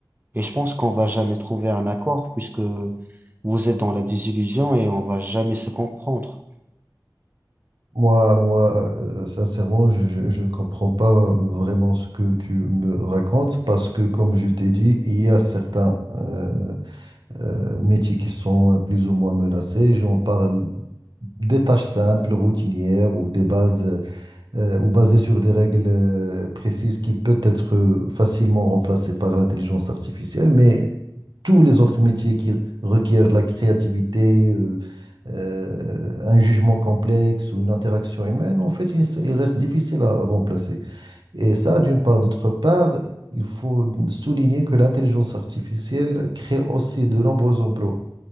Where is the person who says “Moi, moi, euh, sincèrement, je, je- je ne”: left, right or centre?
Right